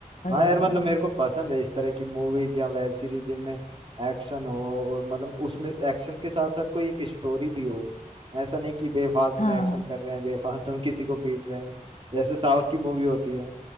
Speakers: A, on the left; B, on the right.
A: मजा
B: हाँ यार
A: आने
B: मतलब
A: वाला
B: मेरे
A: है
B: को पसंद है इस तरह की मूवीज या वेब सीरीज जिनमें एक्शन हो और मतलब उसमें एक्शन के साथ साथ कोई एक स्टोरी भी हो ऐसा नहीं कि बेफालतू
A: हाँ
B: में एक्शन कर रहे हैं बेफालतू में किसी को पीट रहे हैं जैसे साउथ की मूवी होती है